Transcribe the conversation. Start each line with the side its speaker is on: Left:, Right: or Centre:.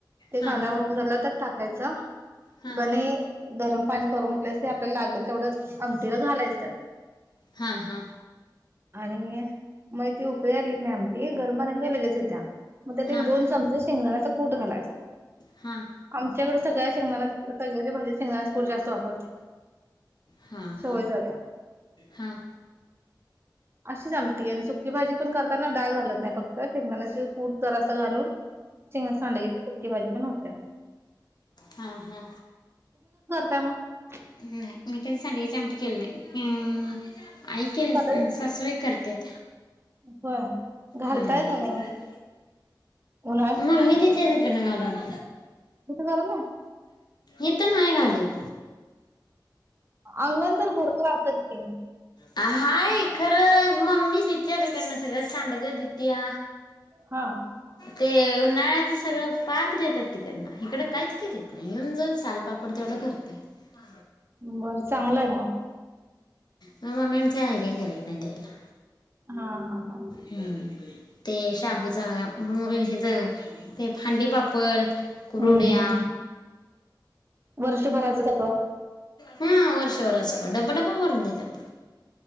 Right: ते
Left: हां
Right: कांदा भाजून झाला तर टाकायच
Left: हां
Right: गणे गरम पाणी करून घेतस ते आपल्याला लागेल तेवढं आमटीला घालायचं
Left: हा हा
Right: आणि मग ती उकळी आली क नाही आमटी गरमझालं की लगेचच येतीये मग त्यात
Left: हां
Right: दोन
Left: हां
Right: चमचे शेंगदाण्याचं कूट घालायच
Left: हां
Right: आमच्याकड सगळ्या शेंगदाण्याचं सगळ्या च्या भाजीत शेंगदाण्याचं कूट जास्त वापरते
Left: हां हां
Right: सवय झाल्या
Left: हां
Right: अशी आमटी आणि सुकी भाजी पण करताना डाळ घालत नाही फक्त शेंगदाण्याचं कुठ जरासं घालून चिंग सांडगे ची सुक्की भाजी पण होत्या
Left: हा हा
Right: <inaudible>
Left: हम्म नाही मी कधी सांडग्याची आमटी केली नाही. हम्म आई केल
Right: सांडगे
Left: अम्म सासूबाई कर तेत.
Right: होय. घालताय
Left: हम्म
Right: का नाही मग उन्हाळ्यात?
Left: मम्मी देतिया. घालून.
Right: तिथं घालत नाही?
Left: इथं नाही घालत.
Right: अंगण तर भरपूर असत्यात की.
Left: हाय खरं मम्मी देतिया तिकडंन सगळं सांडग दे देतिया.
Right: हा
Left: ते उन्हाळ्याचं सगळं पाक देतात तीकडं काहीच करीत नाही येऊन-जाऊन सालपापड तेवढं करतोय. हा.
Right: बरं चांगलं आहे मग.
Left: हम मम्मी आमची. हाय गई करत नाही द्यायला.
Right: हा. हा. हा.
Left: हम्म. ते शाबूच हेज. ते हंडी पापड. कुरुड्या
Right: हम्म हम्. वर्षभराचं सगळं.
Left: हा वर्षभर असं पण डब्बा-डब्बा भरून देतात.